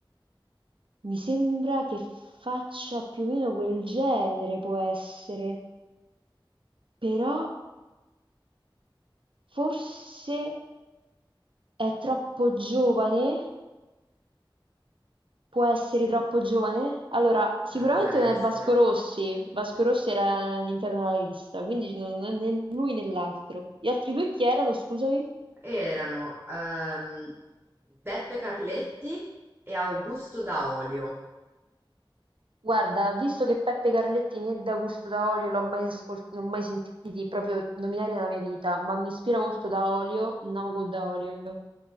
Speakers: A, on the right; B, on the right.
A: Mi sembra che faccia più o meno quel genere, può essere, però forse è troppo giovane? Può essere troppo giovane? Allora, sicuramente
B: Eh, può essere.
A: non è Vasco Rossi, Vasco
B: Eh,
A: Rossi era all'interno della lista, quindi non è né lui né l'altro. Gli altri due chi erano, scusami?
B: Erano ehm, Beppe Carletti e Augusto Daolio.
A: Guarda, visto che Peppe Carletti né D'Augusto da Olio l'ho mai, ascol- non ho mai sentiti proprio nominare nella mia vita, ma mi ispira molto da Olio, Namogo da Olio.